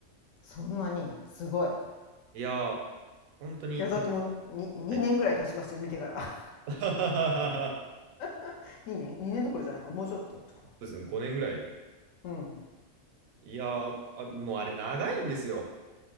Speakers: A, on the left; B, on the right.
A: そんなに、すごい。い
B: いや、本当に、
A: や、だってもうに、
B: でも、
A: に2年ぐらい経ちますよ、
B: はい
A: 見てから。
B: <laughs> そ
A: <laughs> 2年 ?2 年どころじゃないか、もうちょっととか。
B: うですね、5年ぐらい。
A: うん。
B: いや、あ、もうあれ長いんですよ。